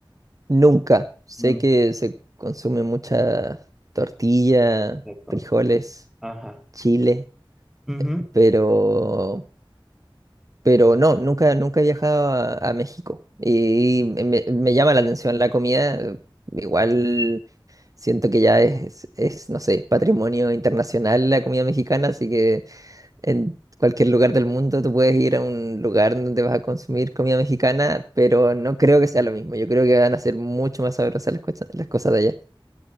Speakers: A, on the right; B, in the centre.
A: Nunca. Sé
B: Nunca.
A: que se consume mucha tortilla,
B: Perfecto.
A: frijoles,
B: Ajá.
A: chile,
B: Ujú.
A: pero... Pero no, nunca, nunca he viajado a, a México y me, me llama la atención la comida. eh, Igual siento que ya es, es, no sé, patrimonio internacional la comida mexicana, así que en cualquier lugar del mundo tú puedes ir a un lugar donde vas a consumir comida mexicana, pero no creo que sea lo mismo. Yo creo que van a ser mucho más sabrosas las, cosas- las cosas de allá.